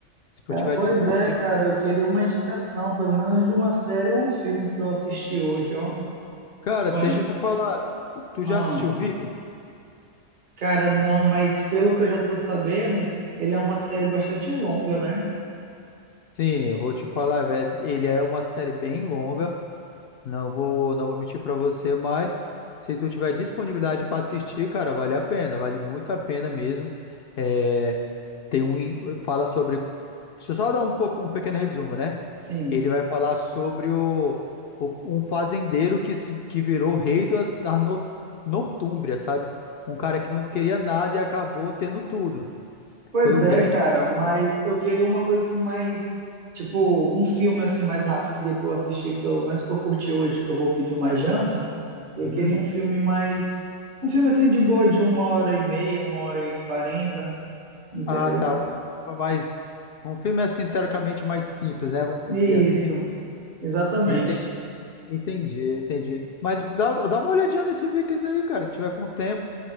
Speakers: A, on the left; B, on the right.
A: Se
B: Cara,
A: eu tiver
B: pois
A: disponível.
B: é, cara, eu queria uma indicação, pelo menos de uma série ou um filme pra eu assistir hoje, ó.
A: Cara,
B: Conheço.
A: deixa eu te falar, tu, tu
B: Ah,
A: já assistiu Viking?
B: cara, não, mas pelo que eu já tô sabendo, ele é uma série bastante longa, né?
A: Sim, eu vou te falar, velho, ele é uma série bem longa, não vou, não vou mentir pra você, mas se tu tiver disponibilidade pra assistir, cara, vale a pena, vale muito a pena mesmo. É, tem um, fala sobre, deixa eu só dar um pouco, um pequeno resumo, né?
B: Sim.
A: Ele vai falar sobre o, o- um fazendeiro que se que virou rei da, da Nor- Nortúmbria, sabe? Um cara que não queria nada e acabou tendo tudo.
B: Pois
A: Foi um
B: é,
A: grande,
B: cara, mas eu queria uma coisa assim mais, tipo, um filme assim mais rápido que dê pra eu assistir, pelo menos pra eu curtir hoje, que eu vou pedir uma janta. Eu
A: Uhum.
B: queria um filme mais, um filme assim de boa, de uma hora e meia, uma hora e quarenta, entendeu?
A: Ah, tá. Um filme mais. Um filme assim, teoricamente, mais simples, né? Vamos dizer
B: Isso,
A: assim.
B: exatamente.
A: Entendi, entendi, entendi. Mas dá, dá uma olhadinha nesse Vikings aí, cara. Se tiver com tempo.